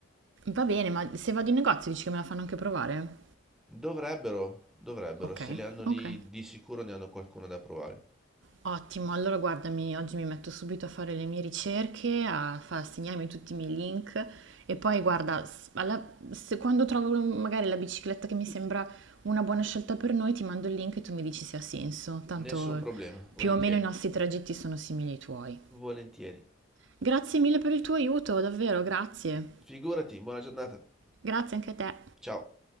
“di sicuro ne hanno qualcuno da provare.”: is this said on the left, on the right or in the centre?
Centre